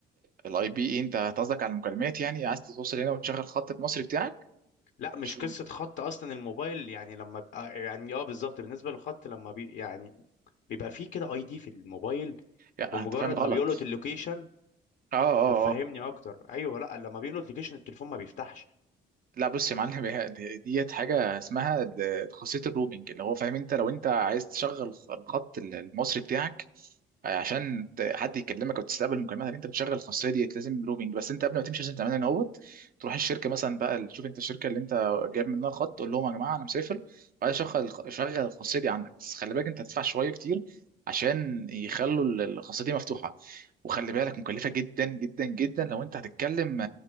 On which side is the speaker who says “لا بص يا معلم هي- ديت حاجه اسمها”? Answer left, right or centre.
Right